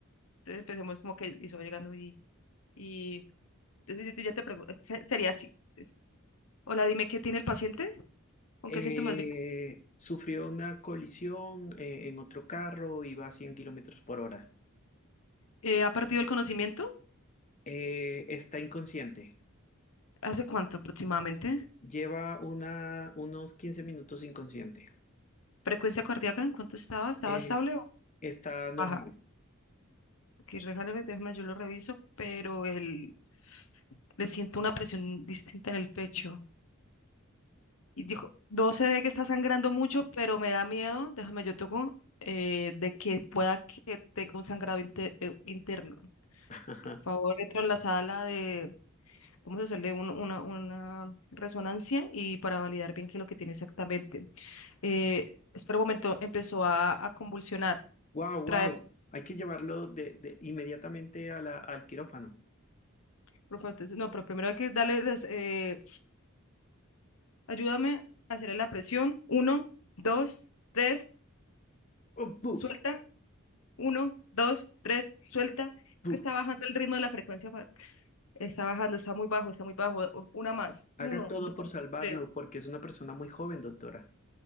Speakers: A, on the left (about 75°); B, on the left (about 35°).
A: Entonces, empecemos como que hizo llegando y, y entonces yo te- ya te pregunto, se- sería así. Entonces, Hola, dime, ¿qué tiene el paciente? ¿Con
B: Eh,
A: qué síntomas vive?
B: sufrió una colisión eh, en otro carro, iba a 100 kilómetros por hora.
A: Eh, ¿ha perdido el conocimiento?
B: Eh, está inconsciente.
A: ¿Hace cuánto aproximadamente?
B: Lleva una, unos 15 minutos inconsciente.
A: ¿Frecuencia cardíaca? ¿En cuánto estaba? ¿Estaba
B: Eh,
A: estable o
B: está normal.
A: baja? Ok, déjame, déjame, yo lo reviso, pero el... Le siento una presión distinta en el pecho. Y dijo, no se ve que está sangrando mucho, pero me da miedo, déjame yo toco, eh, de que pueda que tenga un sangrado inter eh, interno.
B: <laughs>
A: Por favor, entra a la sala de, vamos a hacerle un- una, una resonancia y para validar bien qué es lo que tiene exactamente. Eh, espera un momento, empezó a, a convulsionar.
B: Wow, wow.
A: Tráeme,
B: Hay que llevarlo de, de- inmediatamente a la- al quirófano.
A: por favor, entonces, no, pero primero hay que darle, des- eh, ayúdame a hacerle la presión. Uno, dos, tres,
B: Oh, pu,
A: suelta. Uno, dos, tres, suelta.
B: pu.
A: Es que está bajando el ritmo de la frecuencia. fa- Está bajando, está muy bajo, está muy bajo. O- Una más. Uno,
B: Haga todo
A: dos,
B: por salvarlo,
A: tres.
B: porque es una persona muy joven, doctora.